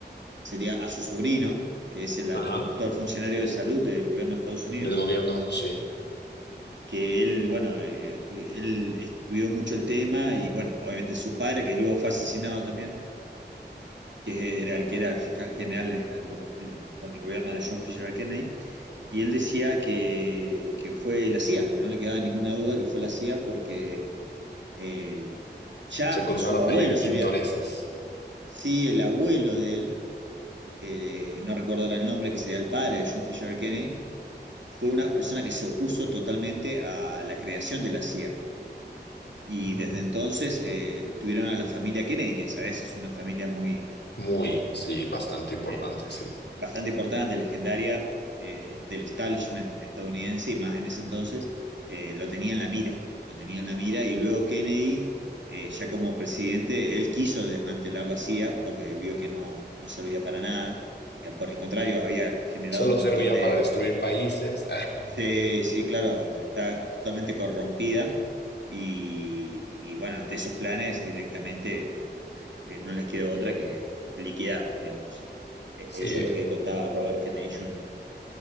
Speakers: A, on the right; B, on the left.
A: sería a su sobrino, que es el actual
B: Ajá.
A: funcionario de salud del gobierno de Estados Unidos,
B: Del gobierno, sí.
A: que él, bueno, eh, él estudió mucho el tema y, bueno, obviamente su padre, que luego fue asesinado también, que era el que era fiscal general en el go- en- con el gobierno de John Fisher Kennedy, y él decía que, que fue la CIA, que no le quedaba ninguna duda que fue la CIA porque eh, ya
B: Se cruzaron
A: su abuelo
B: ahí
A: sería,
B: intereses.
A: sí, el abuelo de él, eh, no recuerdo ahora el nombre, que sería el padre de John Fisher Kennedy, fue una persona que se opuso totalmente a la creación de la CIA. Y
B: Mm,
A: desde entonces eh, tuvieron a la familia Kennedy, que sabes es una familia muy
B: Muy,
A: eh,
B: sí, bastante
A: eh,
B: importante, sí.
A: bastante importante, legendaria eh, del establishment estadounidense, y más en ese entonces eh, lo tenía en la mira, lo tenía en la mira, y luego Kennedy, eh, ya como presidente, él quiso desmantelar la CIA porque vio que no, no servía para nada, y por el contrario había generado
B: Solo
A: un montón
B: servía
A: de
B: para destruir países.
A: Sí, sí, claro, está totalmente corrompida y, y bueno, ante esos planes directamente eh, no les quedó otra que liquidar, digamos. E-
B: <laughs> sí,
A: eso
B: eh,
A: es lo que contaba Robert Kennedy Jr.